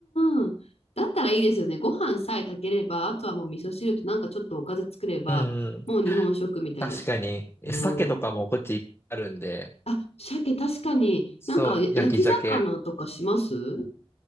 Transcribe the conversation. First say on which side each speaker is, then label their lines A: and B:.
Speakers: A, on the left; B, on the left.
A: んうんうん。だったらいいですよね。ご飯さえ炊ければ、あとはもう味噌汁となんかちょっとおかず作れば、
B: うんうん。
A: もう日本食みたいな。
B: 確かに、
A: うん。
B: 鮭とかもこっちあるんで、
A: あ、鮭確かに、
B: そう、
A: なんかや焼き魚とかしますうん
B: 焼き鮭。